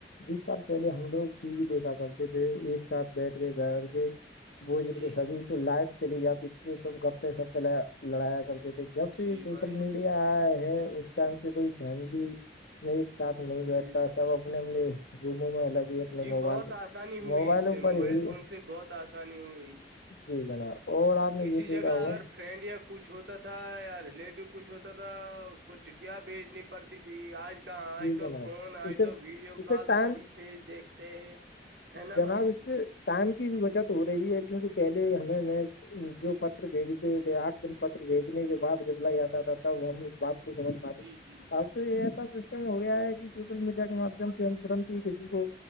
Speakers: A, on the left (about 70°); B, on the right (about 80°).
A: بیس سال پہلے ہم لوگ ٹی وی دیکھا کرتے تھے ایک ساتھ بیٹھ کے گھر کے بجرگ
B: جی
A: سبھی تو لائٹ چلی جات ا سب گپے سے لڑایا کر جب سے
B: جی
A: یہ سوشل
B: بھائی
A: میڈیا آیا ہے اس ٹائم سے کوئی فیملی میں ایک ساتھ نہیں بیٹھتا
B: جی بھائی
A: سب اپنے اپنے روموں میں الگ ہی اپنے
B: جی
A: موبائل
B: بہت آسانی ہوئی
A: موبائلوں
B: اس سے
A: پر
B: موبائل
A: ہی
B: فون سے بہت آسانی ہوئی
A: جی ہے نا اور آپ <unintelligible>
B: کسی جگہ
A: ہوگا
B: اگر فرینڈ یا کچھ ہوتا تھا یا ریلیٹو کچھ ہوتا تھا اس کو چٹیاں بھیجنی پڑتی تھی آج کی کہ آج
A: جی
B: تو
A: جناب
B: فون آئے
A: اسے
B: تو ویڈیو
A: اسے
B: کال
A: ٹائم
B: پر ہی فیس دیکھتے ہیں ہے نا
A: جناب
B: بھائی
A: اس سے ٹائم کی بھی بچت ہو رہی ہے کیونکہ پہلے ہمیں میں جو پت بھیجتے تھے آٹھ دن پت بھیجنے کے بعد ریپلائی آتا تھا تب ہم بات کو سمج پات
B: جی جی جی
A: آ تو یہ تھا م ہو گیا ہے کہ سوشل میڈیا کے مادھیم سے ان فر جی کو